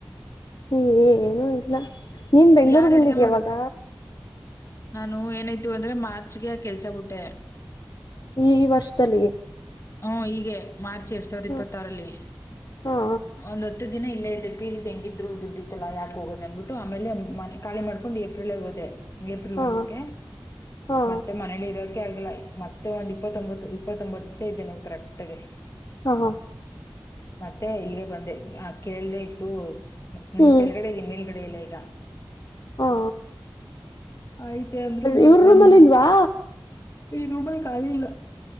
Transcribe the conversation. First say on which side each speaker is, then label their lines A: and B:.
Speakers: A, on the left; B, on the left.
A: ಏ ಏನೂ ಇಲ್ಲ ನೀನ್ ಬೆಂಗ್ಳೂರ್
B: ಯಾರ್
A: ಬಂದಿದ್ಯ
B: ಅಡ್ಗೆ ಮಾಡುದು
A: ಅವಾಗ
B: ನಾನು ಏನ ಇ ಅಂದ್ರೆ ಮಾರ್ಚ್ಗೆ ಕೆಲ್ಸ ಬುಟ್ಟೆ
A: ಈ ವರ್ಷದಲ್ಲಿ
B: ಹ್ಮ ಈಗೆ ಮಾರ್ಚ್ ಎರಡ್ ಸಾವಿರದ
A: ಹ
B: ಇಪ್ಪತ್ತಾರಲ್ಲಿ
A: ಹಾ
B: ಒಂದತ್ತು ದಿನ ಇಲ್ಲ ಇದು ಪಿಜಿ ಹೆಂಗಿದ್ರು ದುಡ್ಡಿ ಇತ್ತಲ್ಲ ಯಕೆ ಹೋಗೋದ ಅಂದು ಬಿಟ್ಟು ಆಮೇಲೆ ಮನೆ ಖಾಲಿ ಮಾಡ್ಕೊಂಡು ಏಪ್ರಿಲ್ ಹೋದೆ ಏಪ್ರಿಲ್
A: ಹಾ
B: ಒಂದಕ್ಕೆ
A: ಹಾ
B: ಮತ್ತೆ ಮನೇಲಿ ಇರೋ ಆಗಿಲ್ಲ ಮತ್ತೆ ಒಂದ್ ಇಪ್ಪತ್ತೊಂಬತ್ತು ಇಪ್ಪತ್ತೊಂಬತ್ತು ದಿವಸ ಇದ್ದೇನೆ ಕರೆಕ್ಟ್ಗೆ
A: ಹಾ
B: ಮತ್ತೆ ಈಗ ಬಂದೆ ಆ ಕೇಳ್ದೆ ಇತ್ತು ನ್
A: ಹ್ಮ್
B: ಕೆಳಗಡೆ ಇದೀನ ಮೇಲೆ ಲೇಗ
A: ಹಾ
B: ಆಯ್ತೆ ಅಂದ್ರು ಮತ್
A: ಇವ್ರ
B: ಬಂದ್
A: ರೂಮಲ್ಲಿ ಇಲ್ವಾ
B: ಈ ರೂಮ್ಲ್ ಖಾಲಿ ಇಲ್ಲ